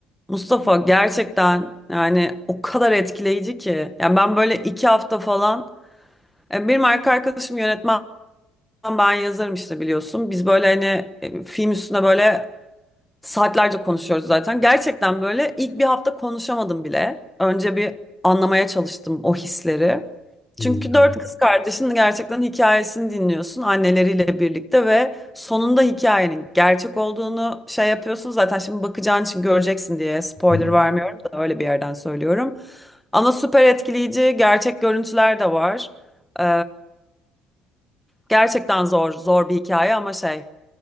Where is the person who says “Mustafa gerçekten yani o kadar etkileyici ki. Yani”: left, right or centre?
Centre